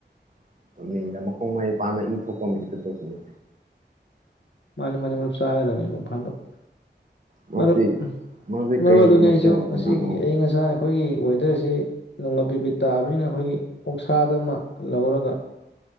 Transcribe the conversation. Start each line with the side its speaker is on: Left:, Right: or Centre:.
Right: <unintelligible> ꯃꯈꯣꯡ ꯃꯔꯤ ꯄꯥꯟꯕ ꯏ ꯊꯣꯛꯄ ꯑꯃ ꯍꯦꯛꯇ ꯇꯧꯁꯤꯜꯂꯦ
Left: ꯃꯥꯟꯅꯦ ꯃꯥꯟꯅꯦ ꯃꯔꯨꯞ ꯆꯥꯒꯗꯕꯅꯦ ꯅꯣꯡ ꯐꯥꯗꯣꯛ
Right: ꯃꯛꯇꯤ
Left: ꯃꯔꯨꯞ
Right: ꯃꯛꯇꯤ
Left: ꯃꯔꯨꯞ
Right: ꯀꯩ
Left: ꯑꯗꯨꯅꯤ
Right: ꯃꯊꯦꯜꯅ
Left: ꯑꯩꯁꯨ ꯉꯁꯤꯒꯤ
Right: ꯑꯃꯨꯛ
Left: ꯑꯏꯪ ꯑꯁꯥ ꯑꯩꯈꯣꯏꯒꯤ ꯋꯦꯗꯔꯁꯤ ꯅꯣꯡꯒ ꯄꯤꯄꯤꯠ ꯇꯥꯕꯅꯤꯅ ꯑꯈꯣꯏꯒꯤ ꯑꯣꯛꯁꯥ ꯗꯨꯃ ꯂꯧꯔꯒ